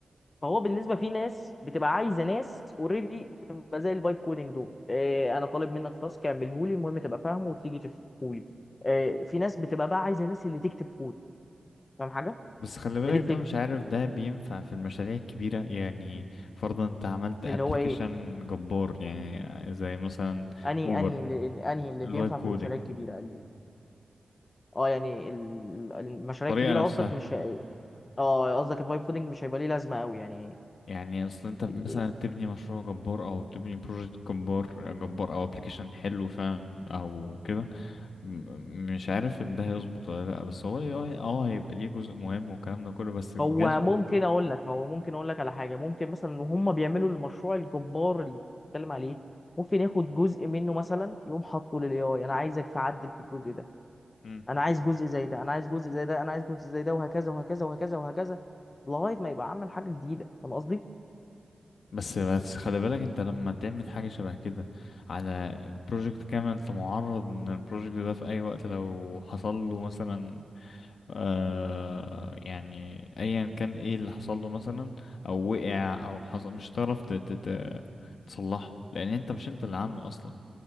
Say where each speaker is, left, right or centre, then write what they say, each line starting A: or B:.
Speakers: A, on the left; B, on the left.
A: فهو بالنسبه في ناس بتبقى عايزه ناس اوريدي تبقى زي الفايب كودنج دول إيه، انا طالب منك تاسك اعمله لي المهم تبقى فاهمه وتيجي تفهمه لي آه، في ناس بتبقى بقى عايزه ناس اللي تكتب كود فاهم حاجه
B: بس خلي بالك
A: هي دي الفكره
B: ده مش عارف ده بينفع في المشاريع الكبيرة يعني فرضا انت عملت ابلكيشن
A: اللي هو ايه
B: جبار يعني زي مثلا
A: انهي
B: اوبر
A: انهي اللي انهي اللي
B: الفايب
A: بينفع
B: كودينج
A: في المشاريع الكبيره ال- اه يعني ال- المشاريع
B: الطريقة
A: الكبيره
B: نفسها
A: قصدك مش هي- اه قصدك الفايب كودنج مش هيبقى ليه لازمه قوي يعني
B: يعني اصل انت مثلا
A: ال-
B: تبني مشروع جبار او تبني بروجكت جبار جبار او ابلكيشن حلو فعلا او كده م- مش عارف ان ده هيظبط ولا لا بس هو ال AI اه هيبقى ليه جزء مهم والكلام ده كله بس الجزء
A: هو ممكن اقول لك هو ممكن اقول لك على حاجه ممكن مثلا ان هم بيعملوا المشروع الجبار اللي بتتكلم عليه ممكن ياخد جزء منه مثلا يقوم حاطه للاي اي انا عايزك تعدل في الجزء ده
B: مم.
A: انا عايز جزء زي ده انا عايز جزء زي ده انا عايز جزء زي ده وهكذا وهكذا وهكذا وهكذا لغايه ما يبقى عمل حاجه جديده فاهم قصدي
B: بس بس خلي بالك انت لما تعمل حاجة شبه كده على بروجكت كامل انت معرض ان البروجكت ده في اي وقت لو حصل له مثلا آه يعني ايا كان ايه اللي حصل له مثلا او وقع او حصل مش هتعرف ت- ت- ت- تصلحه لان انت مش انت اللي عامله اصلا